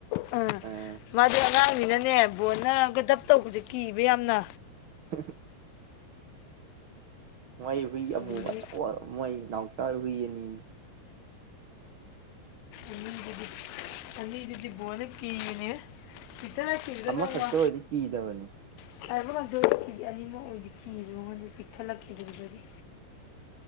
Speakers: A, on the left (about 85°); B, on the right (about 75°).
A: ꯑꯝ
B: ꯑꯥ
A: ꯃꯥꯗꯤ ꯑꯉꯥꯡꯅꯤꯅꯅꯦ ꯕꯣꯟꯅꯒ ꯙꯞ ꯇꯧꯕꯁꯦ ꯀꯤꯕ ꯌꯥꯝꯅ
B: <inaudible> ꯃꯣꯏ ꯍꯨꯏ ꯑꯃꯨꯕ
A: ꯑꯗꯒꯤ
B: ꯑꯆꯧꯕ ꯃꯣꯏ ꯅꯥꯎꯆꯥ ꯍꯣꯏ ꯍꯨꯏ ꯑꯅꯤ
A: ꯑꯅꯤꯗꯨꯗꯤ ꯑꯅꯤꯗꯨꯗꯤ ꯕꯣꯟꯅ ꯀꯤꯔꯤꯅꯦꯍꯦ ꯆꯦꯜꯂꯛꯈꯤꯕꯗꯣ
B: ꯑꯃꯈꯛꯇ
A: ꯅꯣꯡꯃ
B: ꯑꯣꯏꯗꯤ ꯀꯤꯗꯕꯅꯤ
A: <unintelligible> ꯀꯤ ꯑꯅꯤꯃꯛ ꯑꯣꯏꯗꯤ ꯀꯤꯗ ꯃꯉꯣꯟꯗ ꯆꯤꯛꯊꯠꯂꯛꯈꯤꯕꯗꯒꯤ